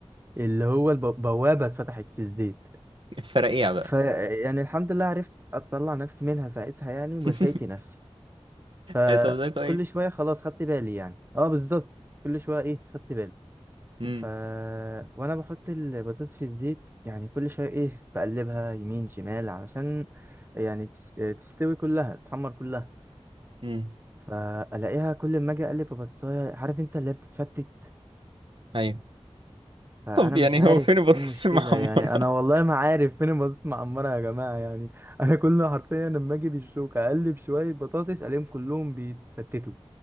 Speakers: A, on the right; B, on the right.
A: اللي هو البوابه اتفتحت في الزيت
B: فرقيع بقى
A: ف يعني الحمد لله عرفت اطلع نفسي منها ساعتها يعني ولحقت
B: <laughs>
A: نفسي فكل
B: إيه طب ده كويس
A: شويه خلاص خدت بالي يعني اه بالظبط كل شويه ايه خدت بالي
B: مم.
A: ف وانا بحط البطاطس في الزيت يعني كل شويه ايه بقلبها يمين شمال علشان يعني تس- آه، تستوي كلها تحمر كلها
B: مم.
A: فالاقيها كل ما اجي اقلب ببصايه عارف انت اللي هي بتتفتت
B: ايوه
A: فانا
B: طب يعني
A: مش عارف
B: هو فين البطاطس
A: ايه المشكله
B: المحمرة
A: يعني انا والله
B: <laughs>
A: ما عارف فين البطاطس معمره يا جماعه يعني انا كل حرفيا لما اجي بالشوكه اقلب شويه بطاطس الاقيهم كلهم بيتفتتوا